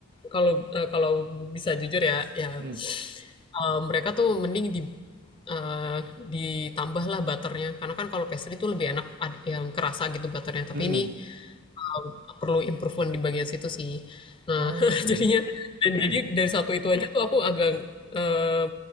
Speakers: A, on the left (about 25°); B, on the right (about 50°).
A: kalau, eee, kalau bisa jujur ya, ya,
B: hmm,
A: eee, mereka tuh mending di eee, ditambahlah butternya, karena kan kalau pastry tuh lebih enak ad yang kerasa gitu butternya, tapi
B: hmm,
A: ini
B: hmm.
A: um, perlu improvement di bagian situ sih. Nah,
B: Oh,
A: <laughs>
B: oke,
A: jadinya dan jadi
B: Iya.
A: dari satu itu aja tuh aku agak eh,